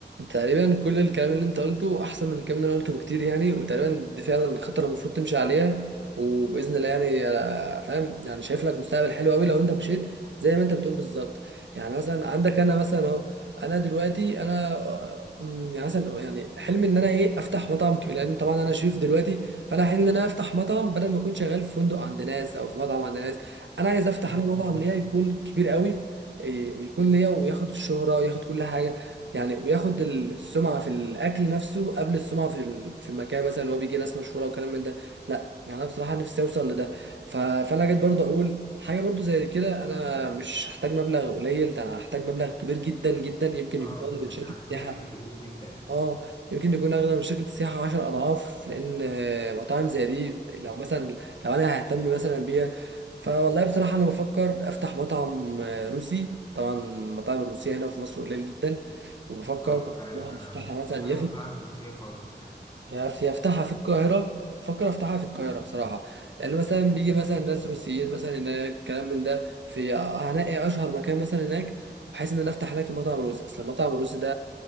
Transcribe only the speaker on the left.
مم.
اه
يعني
حرفيا
كبير جدا
اه فعلا
انا ما شفتش
انا
مطاعم
روسيه خالص هنا